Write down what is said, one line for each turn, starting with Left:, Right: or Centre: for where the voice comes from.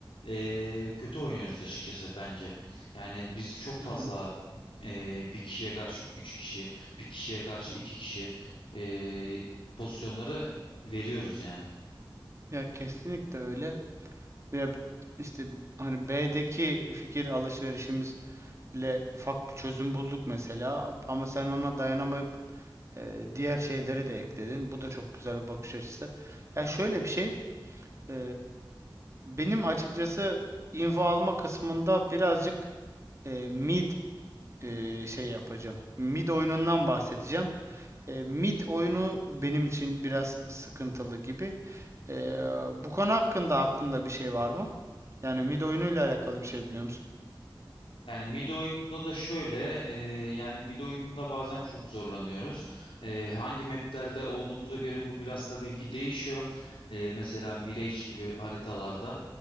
Left: e, kötü oynuyoruz açıkçası bence. Yani biz çok fazla
Right: hı hı.
Left: e, bir kişiye karşı üç kişi, bir kişiye karşı iki kişi e, pozisyonları veriyoruz yani.
Right: Ya kesinlikle öyle. Ya işte hani B'deki fikir alışverişimizle ufak bir çözüm bulduk mesela ama sen ona dayanamayıp e, diğer şeyleri de ekledin. Bu da çok güzel bir bakış açısı. Ya şöyle bir şey, e, benim açıkçası info alma kısmında birazcık e, mid e, şey yapacağım. Mid oyunundan bahsedeceğim. E, mid oyunu benim için biraz sıkıntılı gibi. E, bu konu hakkında aklında bir şey var mı? Yani mid oyunuyla alakalı bir şey biliyor musun?
Left: Yani mid oyununda da şöyle e, yani mid oyununda bazen çok zorlanıyoruz. E, hangi maplerde olduğumuza göre bu biraz tabii ki değişiyor. E, mesela Mirage gibi haritalarda